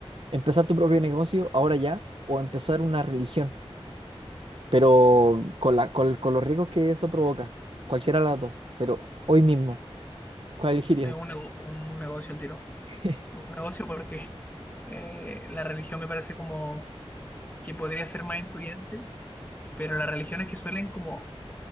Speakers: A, on the right; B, on the left.
A: empezar tu propio negocio ahora ya, o empezar una religión, pero con la, con, con los riesgos que eso provoca, cualquiera de las dos, pero hoy mismo. ¿Cuál elegirías?
B: es un, nego- un negocio el tiro.
A: <laughs>
B: Un negocio porque eh, la religión me parece como que podría ser más influyente, pero las religiones que suelen como